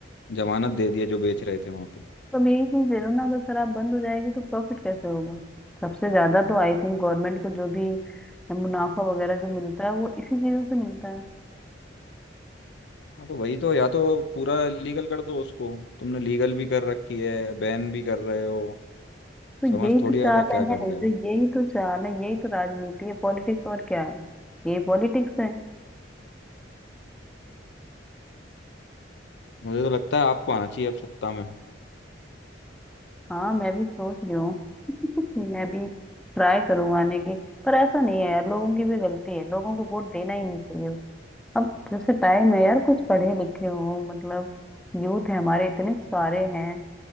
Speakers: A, on the left; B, in the centre.
A: जमानत दे दी है जो बेच रहे थे वहां पे
B: तो अब यही चीज ले लो ना अगर शराब बंद हो जाएगी तो प्रॉफिट कैसे होगा सबसे ज्यादा तो आई थिंक गवर्नमेंट को जो भी मुनाफा वगैरह जो मिलता है वो इसी चीजों से मिलता है
A: हाँ, तो वही तो या तो पूरा लीगल कर दो उसको तुमने लीगल भी कर रखी है बैन भी कर रहे हो
B: तो यही
A: समझ थोड़ी
B: तो चाल
A: आता है क्या
B: है नहीं
A: कर रहे
B: तो
A: हो
B: यही तो चाल है यही तो राजनीति है पॉलिटिक्स और क्या है ये पॉलिटिक्स है
A: मुझे तो लगता है आपको आना चाहिए अब सत्ता में
B: हाँ मैं भी सोच रही हूँ <laughs> कि मैं भी ट्राई करूँ आने की पर ऐसा नहीं है यार लोगों की भी गलती है लोगों को वोट देना ही नहीं चाहिए अब जैसे टाइम है यार कुछ पढ़े लिखे हो मतलब यूथ है हमारे इतने सारे हैं